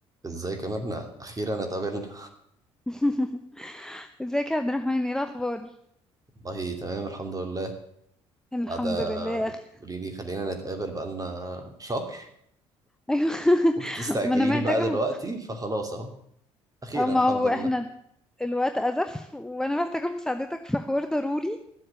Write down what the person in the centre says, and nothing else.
<laughs> ازيك يا عبد الرحمن ايه الاخبار
الحمد
لله يا
اخي
ايوه <laughs>
ما انا محتاجه
اه ما
هو
احنا الوقت ازف وانا محتاجه مساعدتك في حوار ضروري